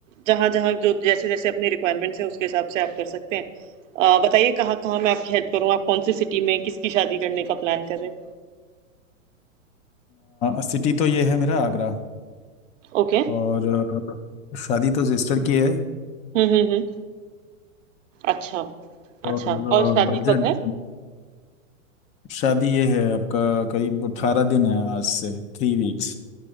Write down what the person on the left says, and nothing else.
सिटी तो ये है मेरा आगरा
और अ, शादी तो सिस्टर की है
और
बजट
शादी ये है आपका करीब अठारह दिन है आज से थ्री वीक्स